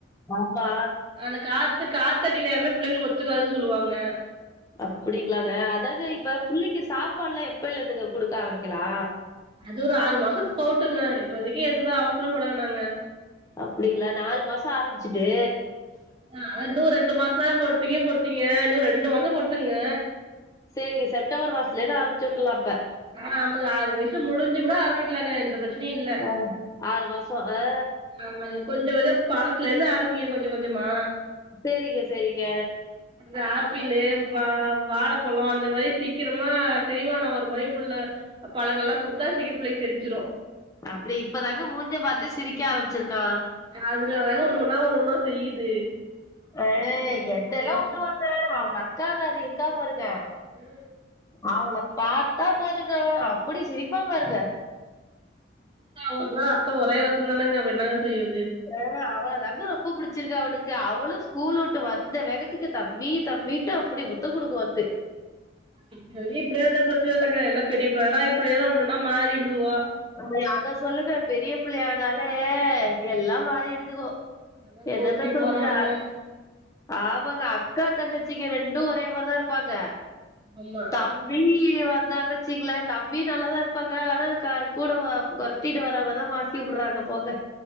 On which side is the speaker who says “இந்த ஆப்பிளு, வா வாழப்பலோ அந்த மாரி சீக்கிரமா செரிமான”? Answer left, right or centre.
Right